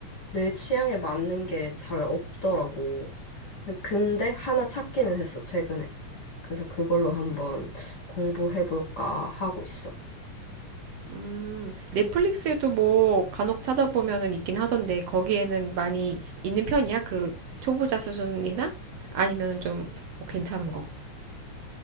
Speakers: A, on the left; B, on the right.
A: 내 취향에 맞는 게 잘 없더라고. 근데 하나 찾기는 했어, 최근에. 그래서 그걸로 한번 공부해볼까 하고 있어.
B: 음, 넷플릭스에도 뭐 간혹 찾아보면은 있긴 하던데 거기에는 많이 있는 편이야? 그 초보자 수준이나 아니면은 좀뭐 괜찮은 거.